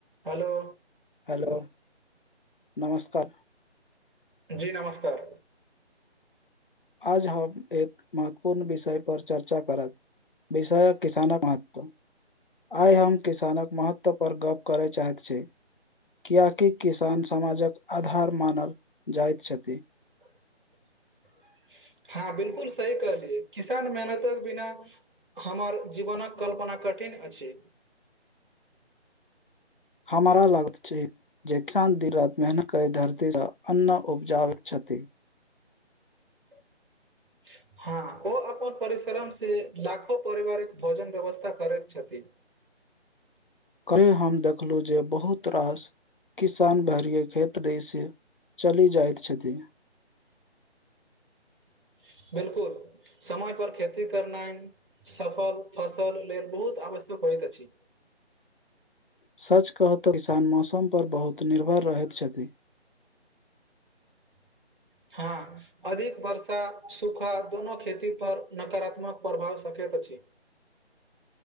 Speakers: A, on the right (about 50°); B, on the left (about 50°).
A: ह लो
B: हेलो नमस्कार
A: जी नमस्कार
B: आज हम एक महत्वपूर्ण विषय पर चर्चा करत विषयक किसानक महत्व आइ हम किसानक महत्व पर गप करैत चाहैत छी किया कि किसान समाजक आधार मानल जाइत छथि
A: <inaudible> हँ बिलकुल सही कहलियै किसान मेहनतक बिना हमर जीवनक कल्पना कठिन अछि
B: हमारा लाग छै जे किसान दिन रति मेहनत करै धरतीसँ अन्न उपजाबै छ <unintelligible>
A: <inaudible> <inaudible> हँ ओ अपन परिश्रम से लाखो परिवारिक भोजन व्यवस्था करैत छथि <inaudible>
B: कल हम देखलहुँ जे बहुत रास किसान भरे खेत दै से चली जाइत छथिन,
A: <inaudible> बिलकुल समय पर खेती करनाइ सफल फसल लेल बहुत आवश्यक हो होयत अछि
B: सच कहतऽ किसान मौसम पर बहुत निर्भर रहैत छथि
A: <inaudible> हँ अधिक वर्षा सूखा दोनो खेती पर नकारात्मक प्रभाव सक सकैत अछि